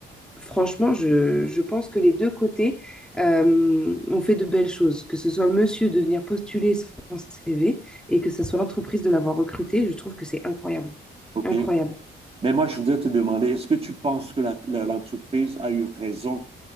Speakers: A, in the centre; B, on the right.
A: franchement, je, je pense que les deux côtés euh, ont fait de belles choses. Que ce soit le monsieur de venir postuler son CV et que ce soit l'entreprise de l'avoir recruté, je trouve que c'est incroyable.
B: ok.
A: Incroyable.
B: Mais moi, je voudrais te demander, est-ce que tu penses que la- la- l'entreprise a eu raison?